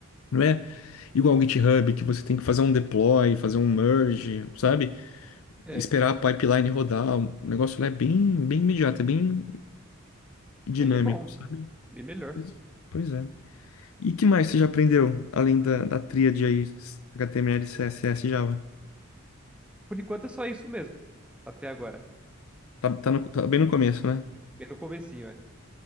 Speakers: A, on the left; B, in the centre.
A: Não é igual o GitHub que você tem que fazer um deploy, fazer um merge, sabe?
B: É,
A: Esperar a pipeline rodar. O negócio lá é bem, bem imediato, é bem dinâmico,
B: aí é bom,
A: sabe?
B: bem melhor.
A: Pois, pois é. E que mais você já aprendeu além da, da tríade aí HTML, CSS e Java?
B: Por enquanto é só isso mesmo, até agora.
A: Tá, tá, no- tá bem no começo, né?
B: Bem no comecinho, é.